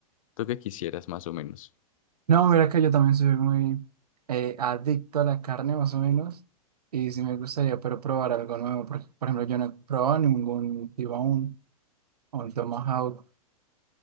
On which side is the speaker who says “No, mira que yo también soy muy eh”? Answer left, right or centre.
Right